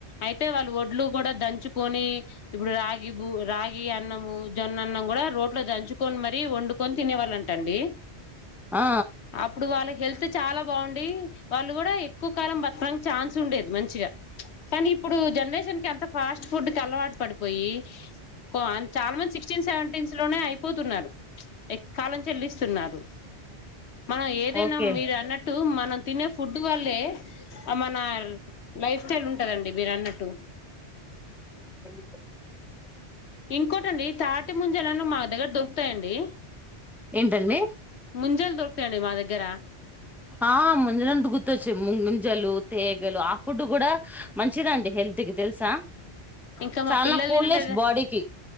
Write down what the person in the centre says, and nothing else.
ఆ
ఓకే
<unintelligible>
ఏంటండి
ఆ ముంజలంటె గుర్తొచ్చింది ముంజలు తేగలు ఆ ఫుడ్ కూడా మంచిదండి హెల్త్ కి తెలుసా
చాలా
కూల్నెస్
బాడీకి